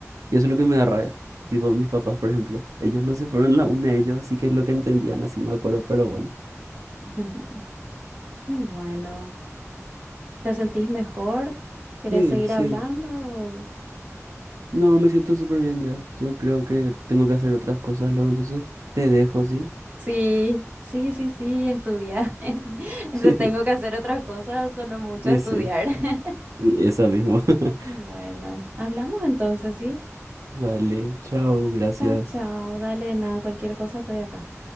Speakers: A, on the right; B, on the right.
A: Y eso es lo que me da rabia. Tipo mis papás, por ejemplo. Ellos no se fueron la una de ellos, así que es lo que entendían, así me acuerdo, pero bueno.
B: <laughs> Y bueno, ¿te sentís mejor? ¿Querés
A: Sí,
B: seguir
A: sí.
B: hablando?
A: No, me siento súper bien ya. Yo creo que tengo que hacer otras cosas luego, entonces te dejo, ¿sí?
B: Sí, sí, sí, sí, estudiar. <laughs> Eso
A: <laughs>
B: tengo que hacer otras cosas, sonó mucho
A: Y
B: estudiar.
A: sí,
B: <laughs>
A: y esa mismo. <laughs>
B: Bueno, hablamos entonces, ¿sí?
A: Dale, chao, gracias.
B: Chao, chao. Dale, nada, cualquier cosa estoy acá.